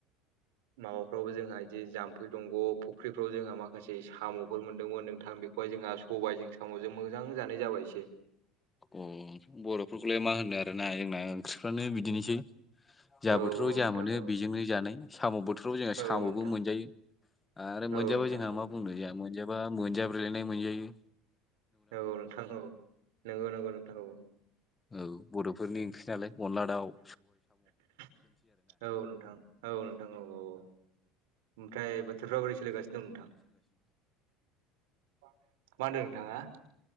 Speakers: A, on the right; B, on the left.
A: माबाफ्रावबो जोंहा इदि जाम्फै दंग' फुख्रिफ्राव जोंहा माखासे साम'फोर मोन्दोंमोन नोंथां बेखौ सबाय जोंहा सबायजों साम'जों मोजां जानाय जाबाय एसे
B: अ बर'फोरखौलाय मा होननो आरोना जोंना ओंख्रिफ्रानो बिदिनोसै जा
A: औ
B: बोथोराव
A: औ नोंथां
B: जा मोनो
A: औ
B: बेजोंनो जानाय‌। साम' बोथोराव जोंहा साम'बो
A: औ नोंथां
B: मोनजायो आरो मोनजाबा
A: औ नोंथां
B: जोंहा
A: औ
B: मा बुंनो जोंहा मोनजा बा मोनजाब्रायलायनाय मोनजायै
A: औ नोंथां औ नंगौ नंगौ नोंथां औ।
B: औ बर'फोरनि ओंख्रि नालाय अनला दाउ
A: <inaudible> औ नोंथां औ नोंथां औ-औ-औ ओमफ्राय बोथोरफ्रा बोरै सोलिगासिनो दं नोंथां। <inaudible> मा होनदों नोंथाङा